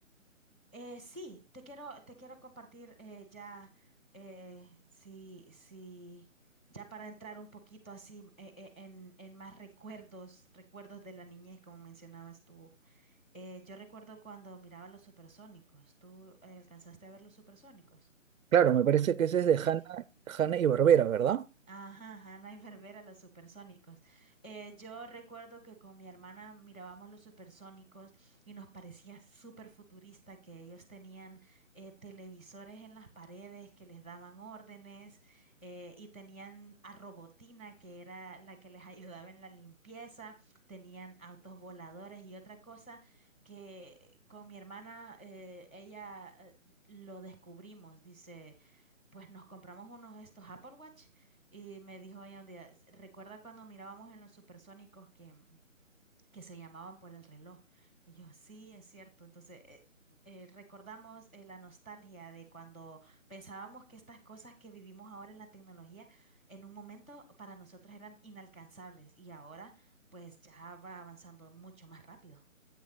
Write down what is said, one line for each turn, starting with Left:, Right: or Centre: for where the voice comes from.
Centre: Eh, sí, te quiero, te quiero compartir eh, ya, eh, sí, sí, ya para entrar un poquito así eh, eh, en, en más recuerdos, recuerdos de la niñez, como mencionabas tú. Eh, yo recuerdo cuando miraba los supersónicos. ¿Tú eh, alcanzaste a ver los supersónicos?
Right: Claro, me parece que ese es de
Centre: Sí.
Right: Hanna, Hanna y Barbera, ¿verdad?
Centre: Ajá, ajá, Ana y Barbera, los supersónicos. Eh, yo recuerdo que con mi hermana mirábamos los supersónicos y nos parecía súper futurista que ellos tenían eh, televisores en las paredes que les daban órdenes eh, y tenían a Robotina, que era la que les <laughs> ayudaba en la limpieza, tenían autos voladores y otra cosa que con mi hermana eh, ella eh, lo descubrimos, dice pues nos compramos unos de estos Apple Watch y me dijo ella un día, "S- ¿recuerda cuando mirábamos en los supersónicos que, mm, que se llamaban por el reloj? Y yo, sí, es cierto. Entonces, eh, eh, recordamos eh, la nostalgia de cuando pensábamos que estas cosas que vivimos ahora en la tecnología, en un momento para nosotros eran inalcanzables y ahora pues ya va avanzando mucho más rápido.